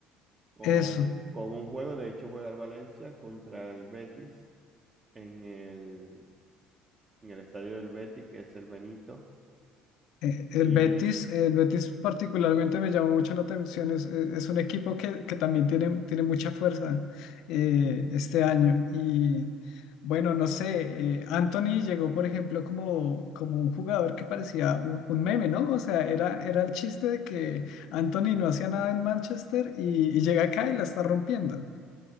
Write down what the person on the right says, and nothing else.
con,
con un juego, de hecho juega el Valencia contra el Betis en el, en el estadio del Betis, que es el Benito.
Y